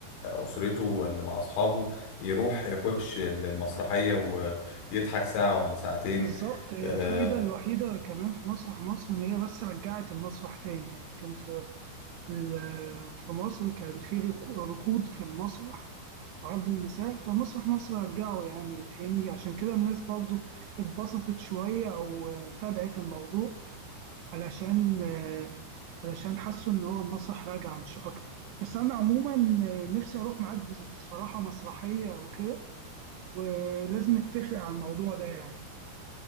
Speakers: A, on the left; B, on the right.
A: اسرته ولا مع اصحابه يروح يخش المسرحيه ويضحك ساعه ولا ساعتين
B: بالظبط هي
A: آه،
B: الفايدة الوحيدة كمان في مسرح مصر إن هي بس رجعت المسرح تاني يعني كان في ال- في مصر كان في ركو- ركود في المسرح وعرض المساء فمسرح مصر رجعه يعني تاني عشان كده الناس برضو اتبسطت شوية أو آه، تابعت الموضوع علشان آه، علشان حسوا إن هو المسرح راجع مش أكتر بس أنا عموما آه، نفسي أروح معاك بصراحة مسرحية وكده ولازم نتفق على الموضوع ده يعني.